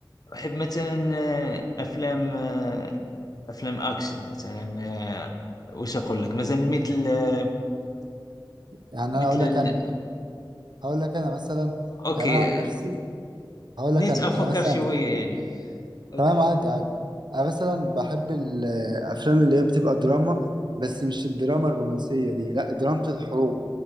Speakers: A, on the left (about 50°); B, on the right (about 65°).
A: احب مثلا آه، افلام آه، افلام اكشن مثلا آه، وش اقول لك مثلا مثل آه،
B: يعني انا
A: مثل
B: اقول
A: ال-
B: لك انا هقول لك انا مثلا
A: اوكي
B: يعني انا عن نفسي هقول
A: نيت
B: لك انا
A: افكر
B: انا مثلا
A: شويه يعني اوكي
B: تمام عادي عادي انا مثلا بحب الافلام اللي هي بتبقى دراما بس مش الدراما الرومانسيه دي لا دراما الحروب